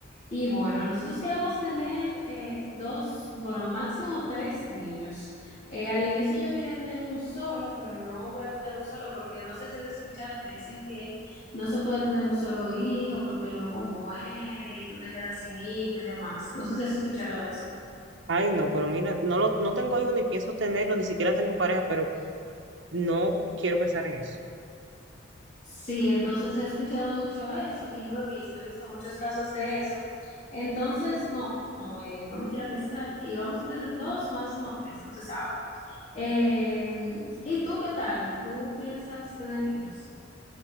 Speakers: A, on the left (about 35°); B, on the right (about 75°).
A: Y bueno, nosotros queremos tener eh, dos, bueno, máximo tres niños. Eh, al inicio yo quería tener un solo, pero no voy a tener un solo porque no sé si has escuchado que dicen que no se puede tener un solo hijo porque luego muere y tú te quedas sin hijo y demás. No sé si has escuchado eso.
B: Ay, no, pero mira, no, lo, no tengo hijos ni pienso tenerlo, ni siquiera tengo pareja, pero no quiero pensar en eso.
A: Sí, entonces he escuchado mucho eso y lo he visto, he visto muchos casos de eso. Entonces, no, no, eh, no me quiero arriesgar y vamos a tener dos, máximo tres, no se sabe. Eh, ¿y tú qué tal? ¿Tú piensas tener hijos?